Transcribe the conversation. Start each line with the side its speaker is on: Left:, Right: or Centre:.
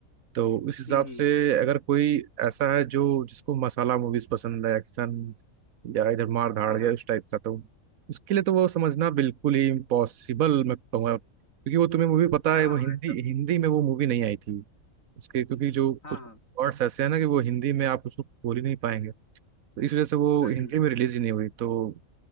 Right: तो उस हिसाब
Left: हम्म हम्म
Right: से अगर कोई ऐसा है जो जिसको मसाला मूवीज पसंद है एक्शन या इधर मार धाड़
Left: हाँ हाँ
Right: या उस टाइप का तो उसके लिए तो वो समझना बिल्कुल ही इम्पॉसिबल मैं कहूँगा क्योंकि वो तुम्हें मूवी पता
Left: हाँ
Right: है वो
Left: हाँ
Right: हिंदी
Left: एकदम
Right: हिंदी में वो मूवी नहीं आई थी उसके क्योंकि जो
Left: हाँ
Right: कुछ
Left: हाँ
Right: वर्ड्स ऐसे हैं ना कि वो हिंदी में आप उसको बोल ही नहीं पाएंगे तो इस वजह से वो
Left: सही
Right: हिंदी
Left: में सही
Right: में रिलीज ही नहीं हुई तो